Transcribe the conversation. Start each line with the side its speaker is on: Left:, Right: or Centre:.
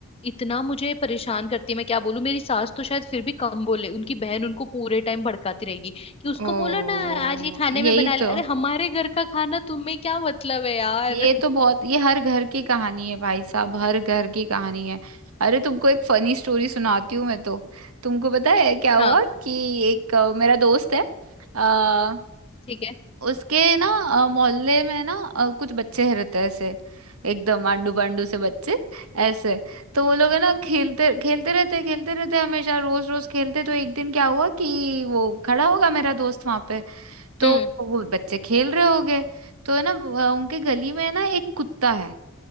Left: इतना मुझे परेशान करती है मैं क्या बोलूं मेरी सास तो शायद फिर भी कम बोले उनकी बहन उनको पूरे टाइम भड़काती रहेगी कि उसको
Right: ओ
Left: बोलो ना आज ये खाने
Right: यही
Left: में बना ले
Right: तो
Left: अरे हमारे घर का खाना तुम्हें क्या मतलब है यार
Right: ये तो बहुत ये हर घर की कहानी है भाई साहब हर घर की कहानी है अरे तुमको एक फनी स्टोरी सुनाती हूँ मैं तो तुमको पता है क्या हुआ
Left: हाँ
Right: कि एक अ, मेरा दोस्त है आ,
Left: ठीक है
Right: उसके ना अ, मोहल्ले में ना अ, कुछ बच्चे रहते हैं ऐसे एकदम आंडू पांडू से बच्चे ऐसे तो वो लोग है ना खेलते खेलते रहते खेलते रहते हमेशा रोज रोज खेलते तो एक दिन क्या हुआ कि वो खड़ा होगा मेरा दोस्त वहां पे तो
Left: हम्म
Right: वो बच्चे खेल रहे हो गए तो है ना अ, उनके गली में है ना एक कुत्ता है